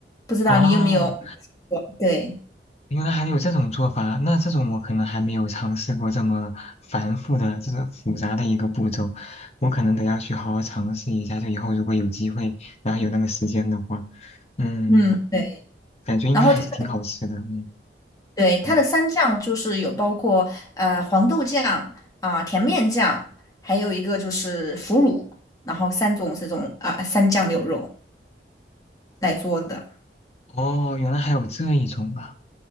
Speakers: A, on the left (about 20°); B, on the left (about 35°).
A: 不知道你有没有吃过对，
B: 啊，原来还有这种做法，那这种我可能还没有尝试过这么繁复的、这个复杂的一个步骤，我可能得要去好好尝试一下。就以后如果有机会，然后有那个时间的话，嗯，
A: 嗯，对。
B: 感觉应该还是挺好吃的。
A: 然后它
B: 嗯
A: 对它的三酱就是有包括呃黄豆酱啊、
B: 嗯，
A: 甜面酱，还有一个就是腐乳，然后三种这种啊、三酱牛肉来做的。
B: 哦，原来还有这一种啊，